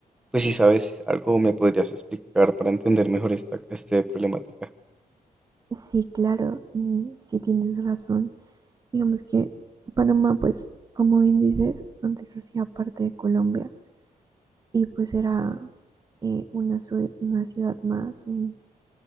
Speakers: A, in the centre; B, on the right.
A: pues si sabes algo, me podrías explicar para entender mejor esta este problemática.
B: Sí, claro, y sí tienes razón. Digamos que Panamá, pues, como bien dices, antes hacía parte de Colombia y pues era eh, una, ciu- una ciudad más, un,